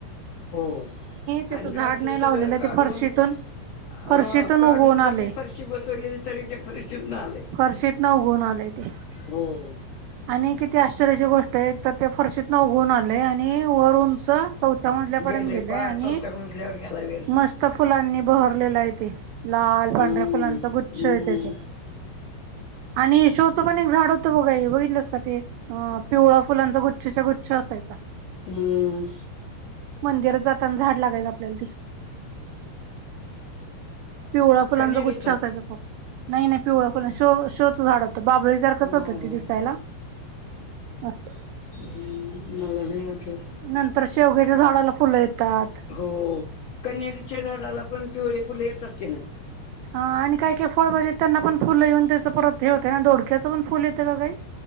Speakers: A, on the left (about 55°); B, on the right (about 90°).
A: हो
B: त्याचं
A: आणि
B: झाड
A: खालचं
B: नाही
A: सगळं
B: लावलेलं
A: काढून
B: ते फरशीतून
A: हा
B: फरशीतून
A: काढून
B: उगवून आले
A: सगळी फरशी बसवलीली तरी ते फरशीत ना आलय.
B: फरशीत न उगुन आलय ते.
A: हो.
B: आणि किती आश्चर्याची गोष्ट आहे एक तर ते फरशीत न उघून आले आणि वर उंच चौथ च्या मजल्यापर्यंत
A: गेलंय
B: गेलेय
A: पार
B: आणि
A: चौथ्या मजल्यावर गेला वेल
B: मस्त फुलांनी बहरलेला आहे ते. लाल पांढऱ्या
A: हम्म
B: फुलांचा गुच्छ
A: हम्म
B: आहे त्याच्यात.
A: <inaudible>
B: आणि शोचं
A: हम्म
B: पण एक झाड होतं बघा बघित तलस का ते पिवळा फुलांचा गुच्छच्या गुच्छ असायचा.
A: हम्म.
B: मंदिरात जाताना झाड लागायचं आपल्याला ते. पिवळ्या फुलांचा
A: कन्हेरीचं
B: गुच्छ असायचा पूर्ण नाही नाही पिवळ्या फुला शो शोच झाड होत बाबळीसारखंच
A: हम्म
B: होतं ते दिसायला अस.
A: हम्म मला नाही वाटलं.
B: नंतर शेवग्याच्या झाडाला फुलं येतात.
A: हो कनरीच्या झाडाला पण पिवळे फुले येतात की नाही.
B: हा आणि काय काय फळबाजेत त्यांना पण फुल येऊन त्याच परत हे होतं ना धोडक्यां पण फुल येतं का काही?